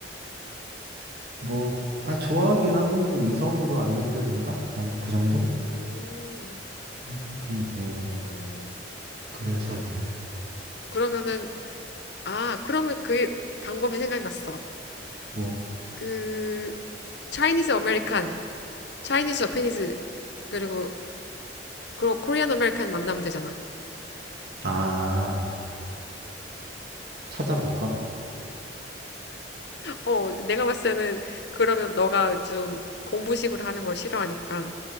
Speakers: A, on the right; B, on the left.
A: 뭐, 아, 좋아하긴 하는데, 이성으로 안 느껴진다? 그냥 그 정도?
B: 음,
A: 음, 하여튼 뭐.
B: 어,
A: 그래서
B: 그,
A: 그래.
B: 그러면은, 아, 그러면 그 방법이 생각났어.
A: 뭐,
B: 그, 차이니즈 아메리칸, 차이니즈 저페니즈, 그리고, 그리고 코리안 아메리칸 만나면 되잖아.
A: 아, 찾아볼까?
B: 어, 내가 봤을 때는 그러면 너가 좀 공부식으로 하는 걸 싫어하니까